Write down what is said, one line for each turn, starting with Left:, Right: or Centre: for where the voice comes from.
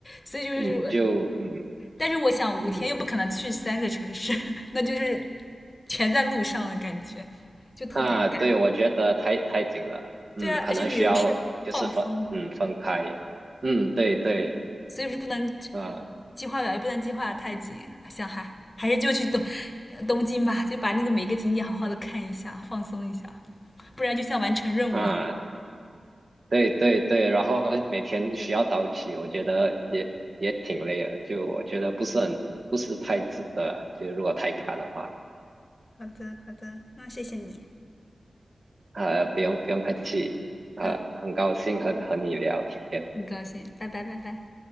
Left: 所以就是我，
Right: 嗯，就嗯
Left: 但是我想五天又不可能去三个城市，
Right: 嗯
Left: <laughs> 那就是全在路上的感觉，就特别赶。
Right: 啊，对，我觉得太太紧了，嗯，
Left: 对啊，
Right: 可能需要就是分嗯分开。
Left: 而且旅游是放松嘛，
Right: 嗯，对对。
Left: 所以是不能
Right: 啊
Left: 计划表，也不能计划得太紧。想还还是就去东东京吧，就把那个每个景点好好的看一下，放松一下，不然就像完成任务一样。
Right: 啊，对对对，然后每天需要早起，我觉得也也挺累的，就我觉得不是很不是太值得啊，就如果太赶的话，
Left: 好的，好的，那谢谢你，
Right: 呃，不用不用客气，呃，
Left: 好，
Right: 很高兴和和你聊天，
Left: 很高兴，拜拜，拜拜。